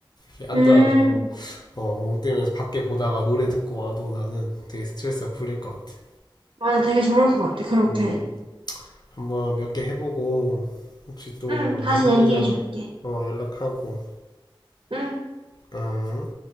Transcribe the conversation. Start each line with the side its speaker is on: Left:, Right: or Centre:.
Left: 이렇게 앉아가지고
Right: 음,
Left: 어, 멍 때면서 밖에 보다가 노래 듣고 와도 나는 되게 스트레스가 풀릴 것 같아.
Right: 맞아. 되게 좋을 것 같아. 그렇게.
Left: 음, 한번 몇 개 해보고 혹시 또
Right: 응,
Left: 많이
Right: 다시
Left: 힘들면
Right: 얘기해 줄게.
Left: 어, 연락하고.
Right: 응.
Left: 음.